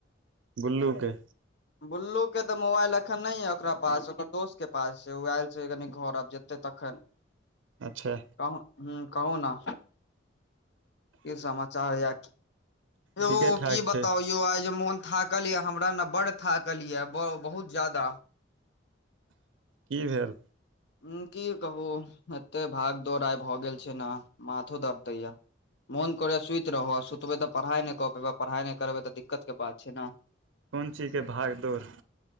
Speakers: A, on the right; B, on the left.
A: गुल्लू के
B: गुल्लू के तऽ मोबाइल एखन नहि य ओकरा पास दोस्त के पास छै ओ आइल छै कनि घर आब जेतै तखन <inaudible>
A: अच्छा
B: अहा हू कहू न की समाचार या यौ
A: ठीके ठाक
B: की बताउ
A: छै
B: यौ आइ जे मोन थाकल ये हमरा ने बड़ थाकल ये बहुत ज्यादा
A: की भेल
B: उ की कहू एत्ते भाग दौड़ आइ भऽ गेल छै न माथो दर्द दैया मोन करेया सुति रहू ओर सुतबे तऽ पढ़ाइ नय कऽ पेबै पढ़ाइ नय करबै तऽ दिक्कत के बात छै न <inaudible>
A: कोन चीजके भाग दौड़